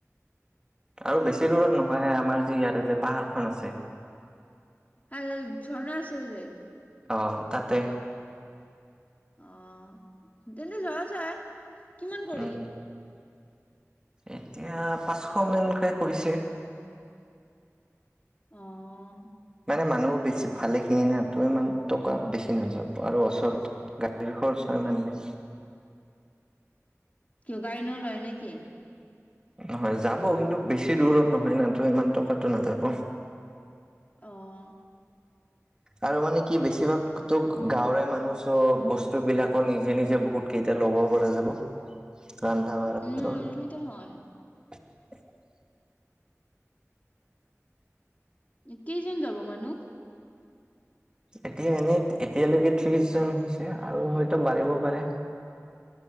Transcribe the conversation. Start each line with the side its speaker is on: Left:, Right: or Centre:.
Right: আৰু বেছি
Left: অ
Right: দূৰত নহয় আমাৰ ইয়াৰে যে পাহাৰ খন আছে
Left: আৰু ঝৰ্ণা আছে যে?
Right: অহ তাতে।
Left: অহ তেন্তে যোৱা যায় কিমান কৰি
Right: উম। এতিয়া পাঁচশ মানকে কৰিছে
Left: অহ
Right: মানে মানুহো বেছি ভালে কিনি না তো ইমান টকা বেছি নাযাব আৰু ওচৰত গাড়ীৰ খৰচা ইমান নাই
Left: কিয় গাড়ী নলয় নেকি?
Right: নহয় যাব কিন্তু বেছি দূৰত নহয় নো ইমান টকাটো নাযাব
Left: অহ
Right: আৰু মানে কি বেছিভাগ তোক গাঁৱৰে মানুহ সব চঅ বস্তু বিলাকো নিজৰ নিজে নিজে বহুত কেইটা ল'ব পৰা যাব ৰন্ধা বঢ়া
Left: উম সেইটো হয়
Right: <unintelligible>
Left: কেইজন যাব মানুহ?
Right: এতিয়া এনেই এতিয়ালৈকে ত্ৰিশ জন হৈছে আৰু হয়তো বাঢ়িব পাৰে